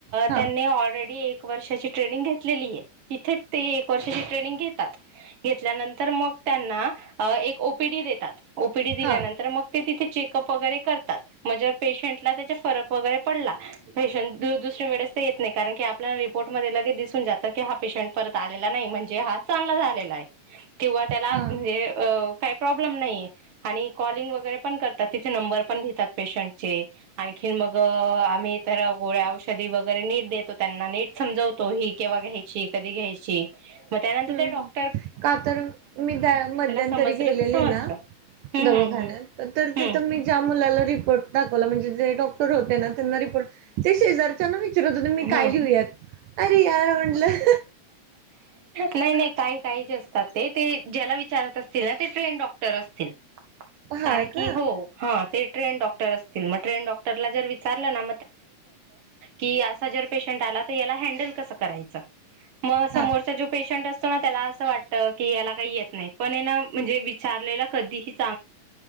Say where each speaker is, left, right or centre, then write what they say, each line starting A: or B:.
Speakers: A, on the right (about 80°); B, on the right (about 50°).
A: हां
B: त्यांनी ऑलरेडी वर्षाची ट्रनिंग घेतलेली आहे तिथेच ते एक वर्षाची ट्रेनिंग घेतात घेतल्यानंतर मग त्यांना एक ओपीडी देतात ओपीडी दिल्यानंतर
A: हां
B: मग ते तिथे चेकअप वगैरे करतात म्हणजे पेशन्टला त्याच्या फरक वैगरे पडला दुसरे मेडिसिन येत नाही कारण आपल्या रीपोर्ट मध्ये जात हा पेशंट परत आलेला नाही म्हणजे हा चांगला झाला किंवा त्याला
A: हां.
B: म्हणजे का प्रॉब्लेम नाही कॉलिग वैगरे पण करतात पेशन्ट चे आम्ही तर गोळ्या औषधी वगैरे नीट देतो त्यांना नीट समजवतो ही केव्हा घ्यायची कधी घ्यायची मग त्यानंतर
A: हम्म
B: ते डॉक्
A: का तर मी त्या मध्यांतरी
B: समजलं
A: गेलेली
B: तर समजलं
A: ना
B: हम्म
A: दवाखान्या
B: हम्म
A: तर
B: हम्म
A: तिथं मी ज्या मुलाला रिपोर्ट म्हणजे जे डॉक्टर होते ना त्यांना रिपोर्ट ते शेजारच्या ना विचारतुम्ही काय
B: हम्म
A: लिहूयात अर याार उनलं
B: नाही नाही काही काही जे असतात ते ते ज्याला विचारत असतील ना ते ट्रेन डॉक्टर असतील कारण
A: हा
B: की
A: का
B: हो हा ते ट्रेन डॉक्टर असतील मग ट्रेन डॉक्टरला विचार त्यांना पण समजत आता याला हॅन्डल कसे करायचे समोरचा
A: हा
B: जो पेशंट असतो ना त्याला असं वाटत की याला काही येत नाही पण ना म्हणजे विचारलेलं धी च